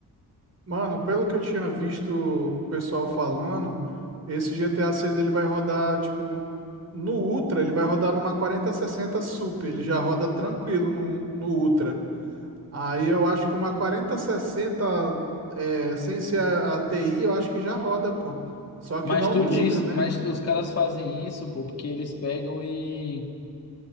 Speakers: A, on the right (about 40°); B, on the left (about 40°).
A: Mano, pelo que eu tinha visto o pessoal falando, esse GTA 6 ele vai rodar tipo no Ultra, ele vai rodar numa 4060 Super, ele já roda tranquilo no, no Ultra. Aí eu acho que uma 4060, é, sem ser a, a TI, eu acho que já roda, pô. Só
B: Mas
A: que não
B: tu
A: no
B: diz,
A: Ultra, né?
B: mas os caras fazem isso, pô, porque eles pegam e,